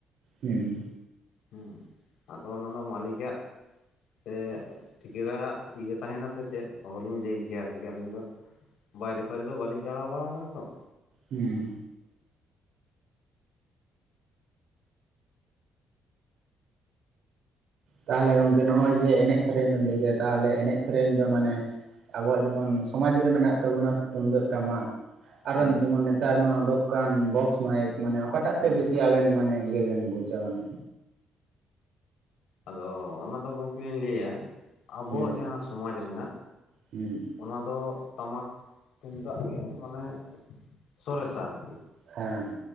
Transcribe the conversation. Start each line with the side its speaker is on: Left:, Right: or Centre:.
Right: ᱦᱩᱸ
Left: ᱦᱩᱸ ᱟᱫᱚ ᱚᱱᱟ ᱫᱚ ᱢᱟᱹᱞᱤᱠ ᱠᱟᱜ᱾ ᱥᱮ ᱴᱷᱤᱠᱟᱹ ᱫᱟᱨᱟᱜ ᱤᱭᱟᱹ ᱛᱟᱦᱮᱱᱟ ᱥᱮ ᱪᱮᱫ ᱚᱦᱚᱞᱤᱧ ᱞᱟᱹᱭ ᱠᱮᱭᱟ ᱟᱹᱞᱤᱧ ᱫᱚ᱾ ᱵᱟᱭᱨᱮ ᱯᱷᱟᱭᱨᱤ ᱫᱚ ᱵᱟᱹᱞᱤᱧ ᱪᱟᱞᱟᱣ ᱵᱟᱲᱟ ᱠᱟᱱᱟ ᱛᱚ <inaudible>
Right: ᱦᱩᱸ ᱛᱟᱦᱚᱞᱮ ᱜᱚᱝᱠᱮ ᱱᱚᱜ-ᱚᱭ ᱡᱮ ᱮᱱᱮᱡ ᱥᱮᱨᱮᱧ ᱵᱮᱱ ᱞᱟᱹᱭ ᱠᱮᱫᱟ ᱛᱟᱦᱚᱞᱮ ᱮᱱᱮᱡ ᱥᱮᱨᱮᱧ ᱫᱚ ᱢᱟᱱᱮ ᱟᱵᱚᱣᱟᱜ ᱡᱮᱢᱚᱱ ᱥᱚᱢᱟᱡᱽ ᱨᱮ ᱢᱮᱱᱟᱜ ᱛᱟᱵᱚᱱᱟ ᱛᱩᱱᱫᱟᱹᱜ ᱴᱟᱢᱟᱠ ᱟᱨᱚ
Left: ᱦᱩᱸ
Right: ᱡᱮᱢᱚᱱ ᱱᱮᱛᱟᱨ ᱢᱟ ᱚᱰᱚᱠ ᱠᱟᱱ ᱵᱚᱠᱥ ᱢᱟᱭᱤᱠ ᱢᱟᱱᱮ ᱚᱠᱟ ᱴᱟᱜ
Left: ᱦᱩᱸ
Right: ᱛᱮ ᱵᱮᱥᱤ ᱟᱵᱮᱱ ᱢᱟᱱᱮ ᱤᱭᱟᱹ ᱵᱮᱱ ᱵᱩᱡᱟ ᱢᱟᱱᱮ
Left: ᱟᱫᱚ ᱚᱱᱟᱫᱚ ᱜᱚᱝᱠᱮᱭ ᱞᱟᱹᱭᱟ ᱟᱵᱚᱣᱟᱜ
Right: ᱦᱩᱸ
Left: ᱡᱟᱦᱟᱸ ᱥᱚᱢᱟᱡᱽ ᱨᱮᱱᱟᱜ
Right: ᱦᱩᱸ
Left: ᱚᱱᱟ ᱫᱚ ᱴᱟᱢᱟᱠ ᱛᱩᱢᱫᱟᱜ ᱜᱮ ᱢᱟᱱᱮ ᱥᱚᱨᱮᱥᱟ ᱟᱨᱠᱤ᱾
Right: ᱦᱮᱸ